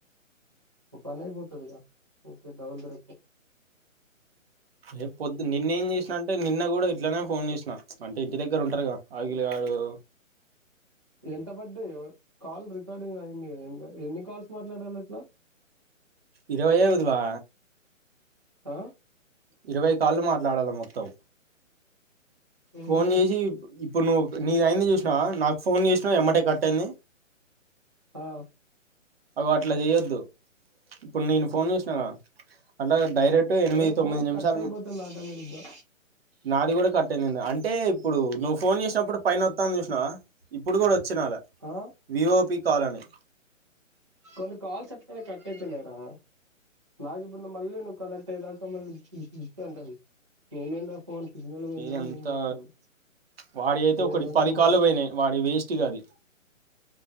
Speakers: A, on the right; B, on the right.
A: ఒ పనయిపోతదిగా ఓకే డౌల్ దర
B: ఏ పొద్దు నిన్న ఏం అంటే నిన్న కూడా ఇట్లనే ఫోన్ చేసిన అంటే ఇంటి దగ్గర ఉంటారుగా ఆగిలి గారు
A: ఎంత పడ్డయి కాల్ రికార్డింగ్ అయింది ఎన్ని కాల్స్ మాట్లాడాలి ఇట్లా
B: ఇరవై అవుదువా
A: ఆ
B: ఇరవై కాళ్ళు మాట్లాడాలి మొత్తం
A: ఉహు
B: ఫోన్ చేసి ఇప్పుడు నువ్వు నీది అయింది చూసినవ నాకు ఫోన్ చేసినవ్ ఎమ్మటే కట్టయింది
A: ఆ
B: అవి అట్లా చేయొద్దు ఇప్పుడు నేను ఫోన్ చేస్ ఆ అంటే డైరెక్ట్ ఎనిమిది
A: ఏ
B: తొమ్మిది
A: ఫోన్
B: నిమిషాలు
A: కట్ అయిపోతుంది ఆటోమేటిక్గా
B: నాది కూడా కట్ అయింది అంటే ఇప్పుడు నువ్వు ఫోన్ చేసినప్పుడు పైన వత్తాంది చూసినావా ఇప్పుడు కూడా చ్చనాల
A: ఆ
B: విఓపి కాల్ అని
A: కొన్ని కాల్స్ అట్లనే కట్టయితున్నాయి రా నాకు ఇప్పుడు మళ్ళీ నువ్వు కనెక్ట్ అయేదాకా మళ్ళీ ఇ అంటాను నేనేందో ఫోన్ సిగ్నల్ పోయిందా
B: ఇదంతా
A: అని నేను చూస్తాను
B: వాడి అయితే
A: నువ్వేందని
B: ఒకటి పది
A: ఫోన్
B: కాలు
A: చేస్
B: పోయినాయి వాడి వేస్ట్గా అది